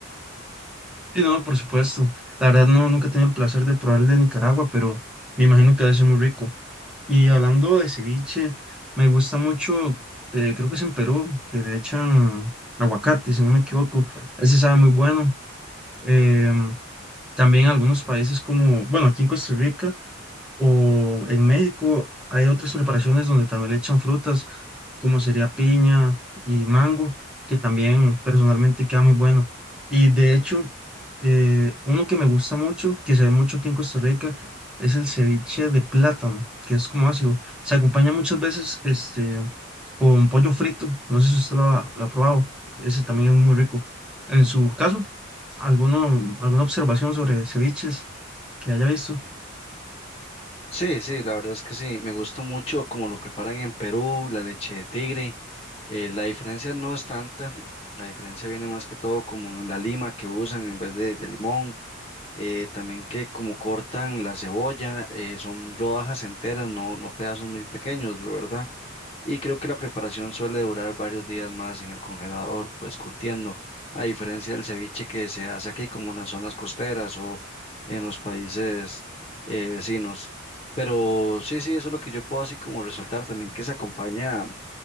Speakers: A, in the centre; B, on the left.
A: Sí, no, por supuesto. La verdad no, nunca he tenido el placer de probar el de Nicaragua, pero me imagino que debe ser muy rico. Y hablando de ceviche, me gusta mucho, eh, creo que es en Perú, que le echan aguacate, si no me equivoco. Ese sabe muy bueno. Em, también algunos países como, bueno, aquí en Costa Rica. O en México hay otras preparaciones donde también le echan frutas, como sería piña y mango, que también personalmente queda muy bueno. Y de hecho, eh, uno que me gusta mucho, que se ve mucho aquí en Costa Rica, es el ceviche de plátano, que es como ácido. Se acompaña muchas veces este, con pollo frito. No sé si usted lo ha, lo ha probado. Ese también es muy rico. En su caso, ¿alguno, alguna observación sobre ceviches que haya visto?
B: Sí, sí, la verdad es que sí, me gusta mucho cómo lo preparan en Perú, la leche de tigre. eh, la diferencia no es tanta, la diferencia viene más que todo como en la lima que usan en vez de, de limón, eh, también que como cortan la cebolla, eh, son rodajas enteras, no, no pedazos muy pequeños, ¿verdad? Y creo que la preparación suele durar varios días más en el congelador, pues curtiendo, a diferencia del ceviche que se hace aquí como en las zonas costeras o en los países eh, vecinos. Pero sí, sí, eso es lo que yo puedo así como resaltar también, que se acompaña